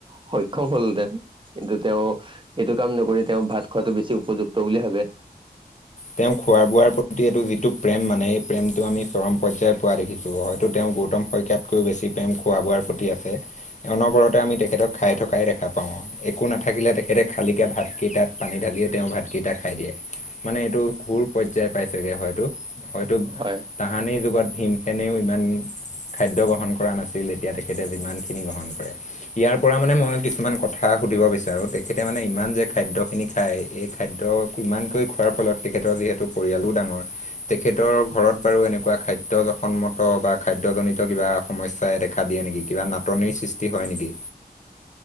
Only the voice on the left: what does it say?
তেওঁক খোৱা বোৱাৰ প্ৰতি এইটো যিটো প্ৰেম মানে এই প্ৰেমটো আমি চৰম পৰ্যয়ায় পোৱা দেখিছো হয়তো তেওঁ। গৌতম শকয়াতকৈও বেছি প্ৰেম খোৱা বোৱাৰ প্ৰতি আছে, অনবৰতে আমি তেখেতক খাই থকাই দেখা পাওঁ। অঁ একো নাথাকিলে তেখেতে খালিকৈ ভাতকেইটাত পানী ঢালিয়ে তেওঁ ভাতকেইটা খাই দিয়ে। মানে এইটো ঘুৰ পৰ্যায় পাইছেগৈ হয়তো হয়তো
তাহানিৰ যুগত ভীমখেনেও ইমান। আন খাদ্য গ্ৰহণ কৰা নাছিল এতিয়া তেখেতে যিমান খিনি গ্ৰহণ কৰে ইয়াৰ পৰা মানে মই কিছুমান কথা সুধিব বিচাৰোঁ তেখেতে মানে ইমান যে খাদ্যখিনি খায়, এই খাদ্য ইমানকৈ খোৱাৰ ফলত তেখেতৰ যিহেতু পৰিয়ালো ডাঙৰ তেখেতৰ ঘৰত বাৰু এনেকুৱা খাদ্য জ সন্মত বা খাদ্যজনিত কিবা সমস্যাই দেখা দিয়ে নেকি, কিবা নাটনিৰ সৃষ্টি হয় নেকি?